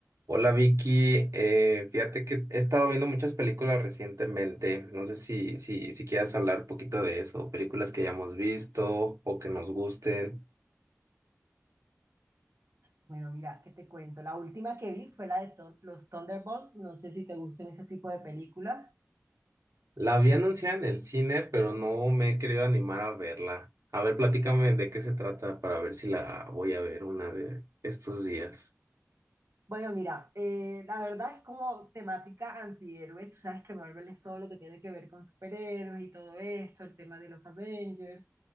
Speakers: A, on the right; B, on the right.
A: Hola Vicky, eh, fíjate que he estado viendo muchas películas recientemente. No sé si, si, si quieras hablar un poquito de eso, películas que ya hemos visto o que nos gusten.
B: Bueno, mira, ¿qué te cuento? La última que vi fue la de Thun- los Thunderbolts. No sé si te gustan ese tipo de películas.
A: La vi anunciada en el cine, pero no me he querido animar a verla. A ver, platícame de qué se trata para ver si la voy a ver una de estos días.
B: Bueno, mira, eh, la verdad es como temática antihéroe. Tú sabes que Marvel es todo lo que tiene que ver con superhéroes y todo esto, el tema de los Avengers.